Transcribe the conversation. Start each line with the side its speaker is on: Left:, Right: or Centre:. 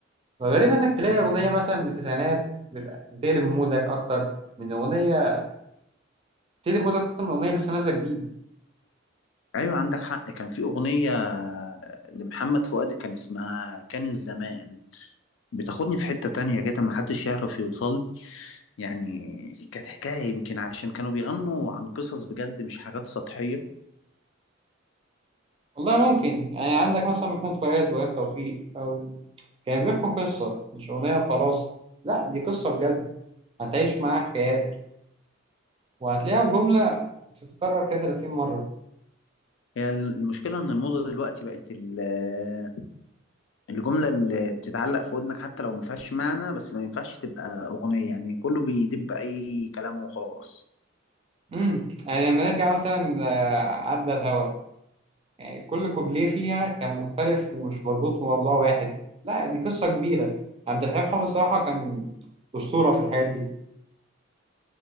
Right: وغريب إنك تلاقي أغنية مثلا من التسعينات بت- بتقلب مودك أكتر من أغنية بتقلب مودك أكتر من أغنية لسه نازلة جديد
Left: أيوة عندك حق كان في أغنية لمحمد فؤاد كان اسمها كان الزمان بتاخدني في حتة تانية كده محدش يعرف يوصل يعني كانت حكاية يمكن عشان كانوا بيغنوا عن قصص بجد مش حاجات سطحية
Right: والله ممكن يعني عندك مثلا محمود فؤاد وإيهاب توفيق أو كانوا بيحكوا قصة مش أغنية وخلاص لا دي قصة بجد هتعيش معاها حكايات وهتلاقيها في جملة بتتكرر كده 30 مرة
Left: هي المشكلة إن الموضة دلوقتي بقت ال- الجملة اللي بتتعلق في ودنك حتى لو ما فيهاش معنى بس ما ينفعش تبقى أغنية يعني كله بيدب أي كلام وخلاص
Right: امم يعني لما نرجع مثلا آه، عدى الهوا يعني كل كوبليه فيها كان مختلف ومش مربوط بموضوع واحد لا دي قصة كبيرة عبد الحليم حافظ الصراحة كان أسطورة في الحاجات دي